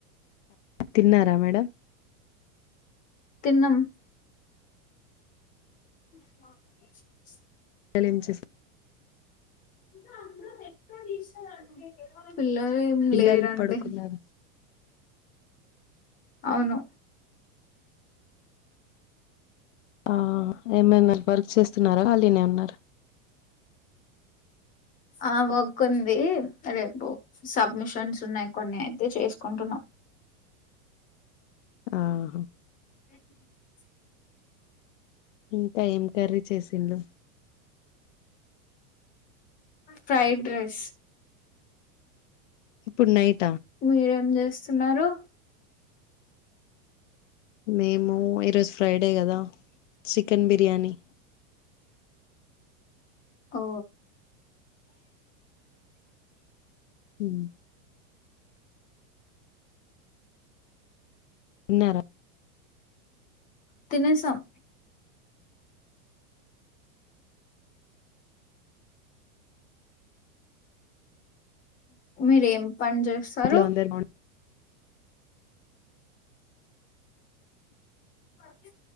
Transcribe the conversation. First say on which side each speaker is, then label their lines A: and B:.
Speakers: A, on the left; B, on the left.
A: తిన్నారా మేడం
B: తిన్నం ఆ
A: పిల్లలు ఏం చేస్
B: ఇంట్లో అందరు <inaudible> అండి తెల్వనట్ పిల్లలు ఏం
A: పిల్లలు
B: లేరండి
A: పడుకున్నారు
B: అవును
A: ఆ ఏమైన వర్క్ చేస్తున్నారా అలీనే ఉన్నార
B: ఆ వర్క్ ఉంది రేపు సబ్మిషన్స్ ఉన్నాయి కొన్ని అయితే చేసుకుంటున్నాం
A: ఆహ
B: <inaudible>
A: ఇంకా ఏం కర్రీ చేసిండు
B: ఫ్రైడ్ రైస్
A: ఇప్పుడు నైట్
B: మీరేం జెత్ ఇస్సున్నారు
A: మేము ఈరోజు ఫ్రైడే కదా చికెన్ బిర్యానీ
B: ఓ
A: ఉ ఇన్నార
B: తినేసాం మీరేం పని చేస్తారు
A: ఇంట్లో అందరు బాగు
B: ఆ